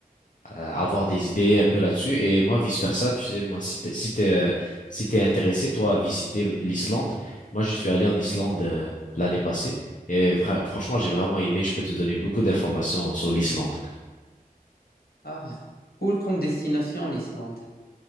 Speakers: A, on the left (about 55°); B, on the left (about 85°).
A: euh, avoir des idées un peu là-dessus. Et moi, vice-versa, tu sais, moi, si t'es, si t'es, euh, si t'es intéressé, toi, à visiter l'Islande, moi, je suis allé en Islande euh, l'année passée et fra- franchement, j'ai vraiment aimé. Je peux te donner beaucoup d'informations sur l'Islande.
B: Ah, cool comme destination l'Islande.